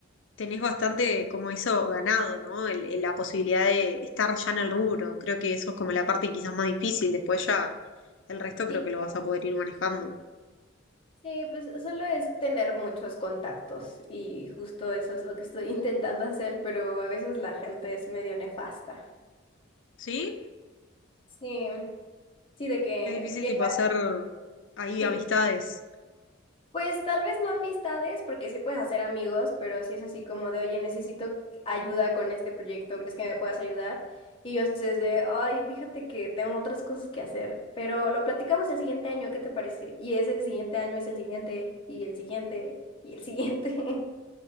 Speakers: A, on the left; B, on the left.
A: tenés bastante como eso ganado, ¿no? El- el- la posibilidad de estar ya en el rubro. Creo que eso es como la parte quizás más difícil. Después ya el resto
B: Sí.
A: creo que lo vas a poder ir manejando.
B: Sí, pues solo es tener muchos contactos y justo eso es lo que estoy <laughs> intentando hacer, pero a veces la gente es medio nefasta.
A: ¿Sí?
B: Sí, sí, de que
A: Es difícil
B: llega,
A: tipo hacer ahí
B: sí,
A: amistades.
B: Pues tal vez no amistades, porque sí puedes hacer amigos, pero si es así como de, oye, necesito ayuda con este proyecto, ¿crees que me puedas ayudar? Y ellos es de, ay, fíjate que tengo otras cosas que hacer, pero lo platicamos el siguiente año, ¿qué te parece? Y ese siguiente año es el siguiente, y el siguiente, y el siguiente.